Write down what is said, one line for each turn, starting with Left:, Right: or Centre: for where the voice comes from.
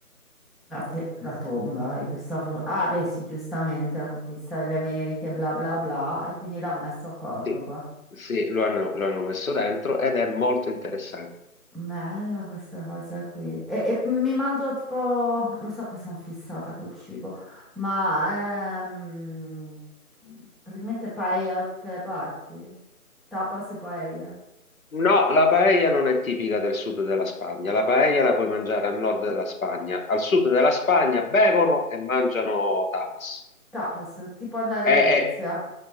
Centre: La, te- la tomba di Cristoforo. Ah, beh, sì, giustamente, la conquista delle Americhe, bla bla bla, e quindi l'ha messo a Cordoba.
Left: Sì, sì, lo hanno, lo hanno messo dentro ed è molto interessante.
Centre: Bella questa cosa qui. E, e mi mangio tipo, lo so che sono fissata col cibo, ma ehm, praticamente paella da tutte le parti. Tapas e paella.
Left: No, la paella non è tipica del sud della Spagna. La paella la puoi mangiare al nord della Spagna. Al sud della Spagna bevono e mangiano tapas.
Centre: Tapas, tipo andare
Left: È,
Centre: a Venezia,
Left: è-